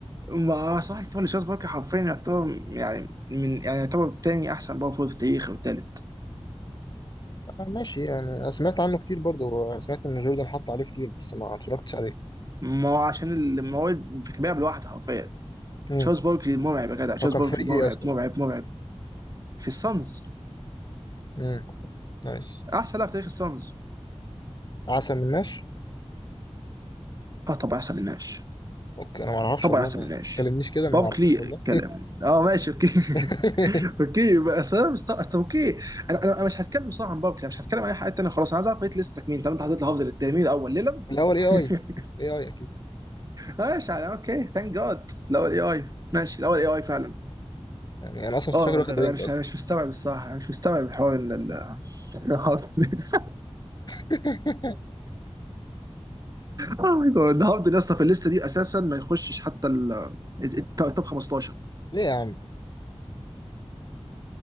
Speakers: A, on the right; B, on the left.
A: ما صح الفل تشارلز باركلي حرفيا يعتبر يعني من يعني يعتبر تاني احسن باور فول في التاريخ والتالت
B: آه، ماشي يعني أنا سمعت عنه كتير برضه سمعت ان جوردن حط عليه كتير بس ما اتفرجتش عليه
A: ما هو عشان ال- ما هو بيلعب لوحده حرفيا
B: امم
A: تشارلز باركلي مرعب يا جدع تشارلز
B: هو كان
A: باركلي
B: فريق
A: مرعب
B: ايه اصلا
A: مرعب مرعب في السانز
B: امم نايس
A: احسن لاعب في تاريخ السانز
B: عسل من ماش
A: اه طبعا احسن من ناش
B: اوكي انا ما اعرفش
A: طبعا
B: والله
A: احسن
B: ما
A: من ناش
B: كلمنيش كده انا
A: باركلي
B: ما اعرفوش والله
A: كلام اه ماشي اوكي <laughs>
B: <laughs>
A: اوكي بس انا مست... أصل اوكي انا انا أنا مش هتكلم صراحه عن باركلي أنا مش هتكلم عن اي حاجه ثانيه خلاص انا عايز اعرف ريت ليستك مين طب انت حطيت لحافظ التاني مين الاول ليلم
B: الاول اي اي
A: <laughs>
B: اي اي اكيد
A: ماشي على اوكي ثانك جاد الاول اي اي ماشي الاول اي اي فعلا
B: يعني انا اصلا كنت
A: اه
B: فاكر واخد
A: يا جدع،
B: رينج
A: انا مش
B: اصلا
A: انا مش مستوعب الصراحه انا مش مستوعب حوار ال- ال- <laughs>
B: <laughs>
A: اه ماي جاد هاردن يا اسطى في الليسته دي اساسا ما يخشش حتى ال الت- الت- التوب 15
B: ليه يا عم